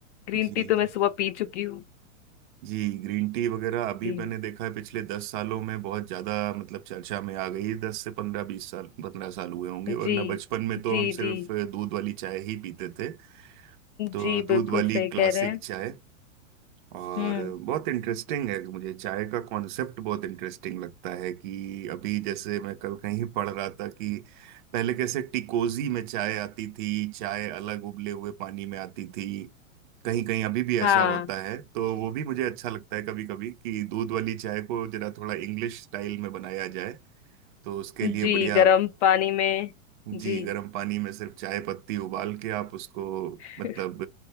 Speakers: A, on the left; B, on the right.
A: ग्रीन
B: जी
A: टी तो मैं सुबह पी चुकी हूँ
B: जी ग्रीन टी वगैरह अभी
A: जी
B: मैंने देखा है पिछले दस सालों में बहुत ज्यादा मतलब चर्चा में आ गई दस से पंद्रह बीस साल पंद्रह साल हुए होंगे
A: जी
B: वरना बचपन में तो
A: जी
B: हम सिर्फ
A: जी
B: दूध वाली चाय ही पीते थे तो
A: जी
B: दूध
A: बिल्कुल
B: वाली
A: सही
B: क्लासिक
A: कह रहे हैं
B: चाय और
A: हम्म
B: बहुत इंटरेस्टिंग है मुझे चाय का कॉन्सेप्ट बहुत इंटरेस्टिंग लगता है कि अभी जैसे मैं कल कहीं पढ़ रहा था कि पहले कैसे टिकोजी में चाय आती थी चाय अलग उबले हुए पानी में आती थी कहीं कहीं अभी भी ऐसा
A: <laughs> हाँ
B: होता है तो वो भी मुझे अच्छा लगता है कभी कभी कि दूध वाली चाय को जरा थोड़ा इंग्लिश स्टाइल में बनाया जाए तो उसके लिए
A: जी
B: बढ़िया
A: गर्म पानी में जी
B: जी गर्म पानी में सिर्फ चाय पत्ती उबाल के आप उसको
A: <laughs>
B: मतलब